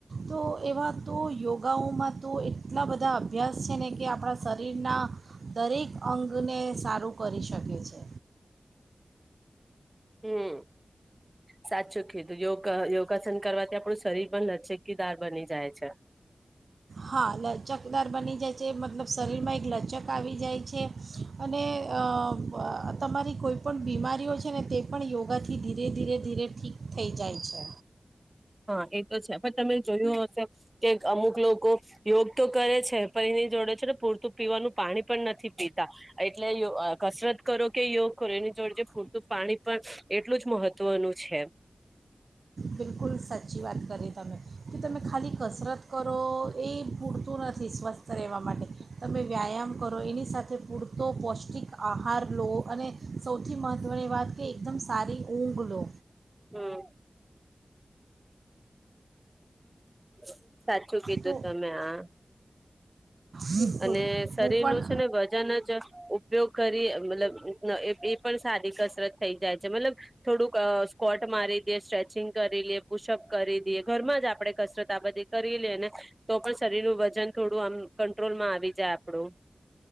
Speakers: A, on the right (about 85°); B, on the right (about 25°).
A: તો એવા તો યોગાઓમાં તો એટલા બધા અભ્યાસ છે ને કે આપણા શરીરના, દરેક અંગને સારું કરી શકે છે.
B: હમ, સાચું કીધું યોગ યોગાસન કરવાથી આપણું શરીર પણ નચકીદાર બની જાય છે.
A: હા લચકદાર બની જાય છે મતલબ શરીરમાં એક લચક આવી જાય છે, અને અ તમારી કોઈ પણ બીમારીઓ છે ને તે પણ યોગાથી ધીરે ધીરે ધીરે ઠીક થઈ જાય છે.
B: હા એ તો છે પણ તમે જોયું હશે, કે અમુક લોકો યોગ તો કરે છે પણ એની જોડે છે ને પૂરતું પીવાનું પાણી પણ નથી પીતા, એટલે કસરત કરો કે યોગ કરો એની જોડે પૂરતું પાણી પણ એટલું જ મહત્વનું છે.
A: બિલકુલ સાચી વાત કરીએ તમે, કે તમે ખાલી કસરત કરો એ પૂરતું નથી સ્વસ્થ રહેવા માટે, તમે વ્યાયામ કરો એની સાથે પૂરતો પૌષ્ટિક આહાર લો અને, સૌથી મહત્ત્વની વાત કે એકદમ સારી ઊંઘ લો.
B: હમ. <inaudible> સાચું કીધું
A: તો
B: તમે આ.
A: બિલકુલ
B: અને શરીર
A: હું પણ
B: નું છે ને વજન જ ઉપયોગ કરી મતલબ એ પણ સારી કસરત થઈ જાય. મતલબ, થોડુંક સ્કોટ મારી દેએ સ્ટ્રેચિંગ કરી લએ પુશઅપ કરી દઈએ ઘરમાં જ આપડણે કસરત આ બધી કરી લેએને તો, પણ શરીરનું વજન થોડું આમ ક ટ્રોલ માં આવી જાય આપડું.